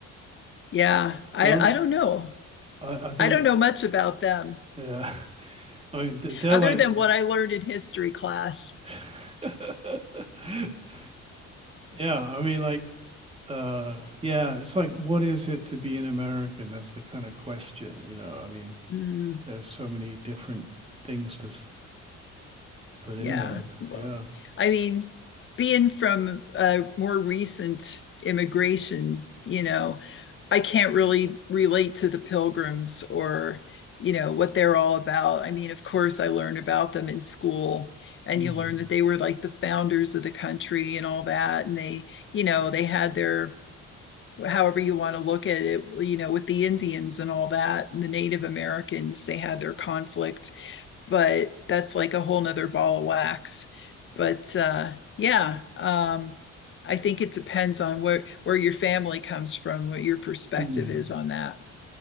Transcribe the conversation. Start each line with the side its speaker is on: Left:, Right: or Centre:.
Left: Yeah, I
Right: Those
Left: I don't know.
Right: are, are they
Left: I don't know much about them
Right: yeah. <laughs> I mean th- they're
Left: other
Right: like
Left: than what I learned in history class.
Right: <laughs> Yeah, I mean, like, uh, yeah, it's like, what is it to be an American? That's the kind of question, you know. I mean,
Left: Mm,
Right: there's so many different things to s- put in
Left: yeah.
Right: there.
Left: Well,
Right: Yeah.
Left: I mean, being from uh, more recent immigration, you know, I can't really relate to the pilgrims or, you know, what they're all about. I mean, of course, I learned about them in school, and
Right: Mm.
Left: you learn that they were like the founders of the country and all that. And they, you know, they had their, however you want to look at it, you know, with the Indians and all that, and the Native Americans, they had their conflict but that's like a whole nother ball of wax. But uh, yeah, um, I think it depends on where where your family comes from, what your perspective
Right: Mm.
Left: is on that.